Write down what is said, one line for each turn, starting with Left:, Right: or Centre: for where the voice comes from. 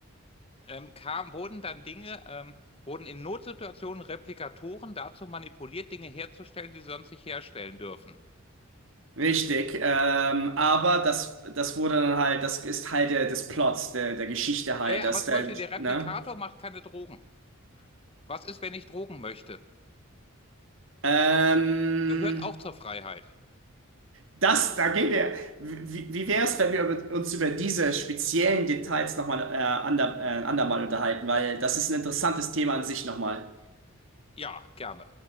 Left: ähm, kam, wurden dann Dinge, ähm, wurden in Notsituationen Replikatoren dazu manipuliert, Dinge herzustellen, die sie sonst nicht herstellen dürfen.
Right: Richtig, ähm, aber das, das wurde dann halt, das ist Teil der, des Plots, der, der Geschichte halt,
Left: Ja, ja,
Right: dass
Left: aber zum
Right: der,
Left: Beispiel der Replikator
Right: ne?
Left: macht keine Drogen. Was ist, wenn ich Drogen möchte?
Right: Ähm,
Left: Gehört auch zur Freiheit.
Right: das, da gehen wir. Wie, wie wäre es, wenn wir über, uns über diese speziellen Details nochmal äh, ander, äh, andermal unterhalten? Weil das ist ein interessantes Thema an sich nochmal.
Left: Ja, gerne.